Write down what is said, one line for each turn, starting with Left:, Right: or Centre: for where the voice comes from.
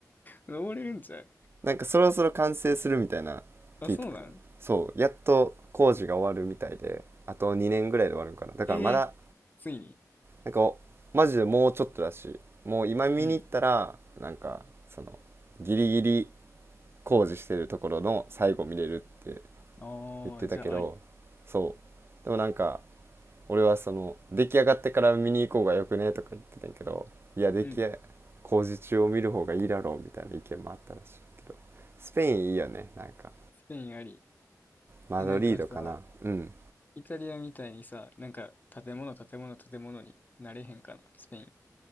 Left: 登れるんちゃう
Right: なんかそろそろ完成するみたいな聞いた
Left: あ、そうなん
Right: そうやっと工事が終わるみたいであと2年ぐらいで終わるんかなだからまだ
Left: ええついに。
Right: なんかマジでもうちょっとだしもう今見に行ったらなんかそのギリギリ
Left: うん。
Right: 工事してるところの最後見れるって
Left: ああ、
Right: 言ってたけどそうでもなんか
Left: じゃああり。
Right: 俺はその出来上がってから見に行こうがよくねとか言ってたんやけどいや出来工事中を見る方がいいだろうみたいな意見もあったらしいけどスペインいいよねなんか
Left: うん。スペインあり。
Right: マドリードかなうん
Left: え、なんかさ、イタリアみたいにさ、なんか建物建物建物になれへんかな、スペイン。